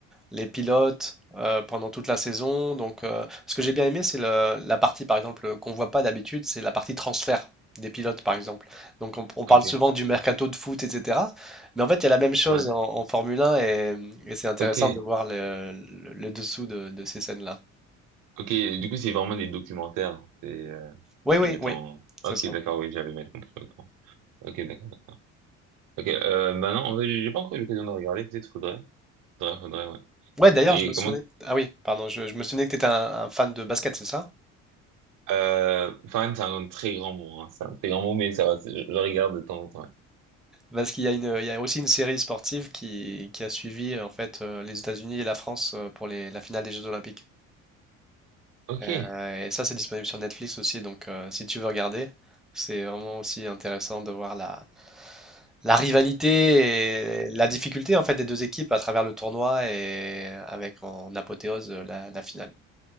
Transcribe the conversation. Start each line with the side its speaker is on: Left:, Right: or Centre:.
Centre: les pilotes euh, pendant toute la saison. Donc, euh, ce que j'ai bien aimé, c'est le- la partie, par exemple, qu'on voit pas d'habitude, c'est la partie transfert des pilotes, par exemple. Donc, on, on parle
Right: ok,
Centre: souvent du mercato de foot, etc. Mais en fait, il y a la même chose
Right: ouais,
Centre: en, en Formule 1 et, et c'est intéressant
Right: ok,
Centre: de voir le, le- le dessous de, de ces scènes-là.
Right: ok. Du coup, c'est vraiment des documentaires c'est, euh,
Centre: Oui, oui,
Right: qui mettent
Centre: oui,
Right: en.
Centre: c'est
Right: Ok,
Centre: ça.
Right: d'accord, oui, j'avais mal compris. autant. Ok, d'accord. Ok, euh, bah non, en fait, j'ai pas encore eu l'occasion de regarder. Peut-être faudrait, faudrait, faudrait, ouais.
Centre: Ouais, d'ailleurs,
Right: Et
Centre: je me souvenais.
Right: comment?
Centre: Ah oui, pardon, je, je me souvenais que tu étais un un fan de basket, c'est ça?
Right: Euh, fan, c'est un très grand mot. hein, C'est un très grand mot, mais ça va. Je, je regarde de temps en temps. ouais.
Centre: Parce qu'il y a une, il y a aussi une série sportive qui, qui a suivi euh, en fait euh, les États-Unis et la France euh, pour les- la finale des Jeux Olympiques.
Right: Ok,
Centre: Euh,
Right: ouais.
Centre: et ça, c'est disponible sur Netflix aussi. Donc, euh, si tu veux regarder, c'est vraiment aussi intéressant de voir la, la rivalité et la difficulté en fait des deux équipes à travers le tournoi et avec en apothéose euh, la, la finale.